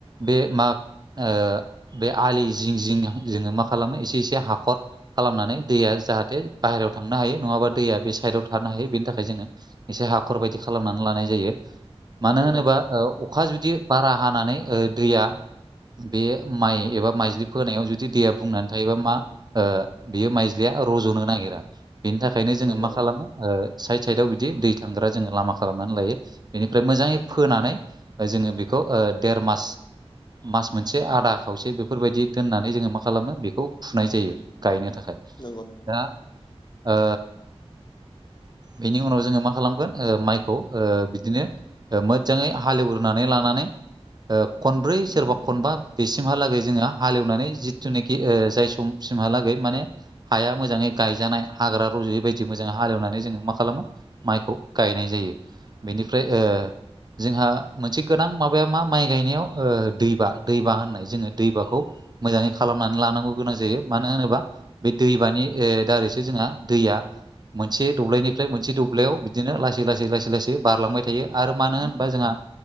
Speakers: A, on the right; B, on the left.
A: बे माग ओ बे आलि जिं जिं जोङो मा खालामो एसे एसे हाखर खालामनानै दैया जाहाथे बाहेरायाव थांनो हायो नङाबा दैया बे साइदाव थानो हायो बेनि थाखाय जोङो एसे हाखर बायदि खालामनानै लानाय जायो मानो
B: नंगौ नंगौ
A: होनोबा
B: नंगौ
A: अखा जुदि बारा हानानै ओ दैया बे माइ एबा माइज्लि फोनायाव जुदि दैया बुंनानै थायोबा मा ओ बियो माइज्लिया रज'नो नागिरा बेनि थाखाय ओंखायनो जोङो
B: नंगौ
A: मा खालामो ओ साइड साइडआव बिदि दै थ थांग्रा जोङो लामा खालामनानै लायो बेनिफ्राय मोजाङै फोनानै जोङो बेखौ ओ देर मास मास मोनसे आदा खावसे बेफोरबायदि दोननानै जोङो मा खालामो बेखौ फुनाय जायो। गायनो थाखाय।
B: नंगौ।
A: दा ओ बेनि उनाव जोङो मा खालाम गोन ओ माइखौ ओ बिदिनो मोजाङै हालेवग्रोनानै लानानै ओ खनब्रै सोरबा खनबा बेसिमहालागै जोंहा हालेवनानै जिथुनाखि ओ जाय सम सिमहालागै माने हाया मोजाङै गायजानाय हाग्रा रजयै बायदि मोजाङै हालेवनानै जोङो मा खालामो माइखौ गायनाय जायो बेनिफ्राय ओ जोंहा मोनसे गोनां माबाया मा माइ गायनायाव ओ दैबा दैबा होननाय जोङो दैबाखौ मोजाङै खालामनानै लानांगौ गोनां जायो मानो होनोबा
B: नंगौ
A: बे दैमानि ओ दारैसो जोंहा दैया मोनसे दब्लायनिफ्राय मोनसे दब्लायाव बिदिनो लासै लासै लासै लासै बारलांबाय थायो आरो मानो होनोबा जोंहा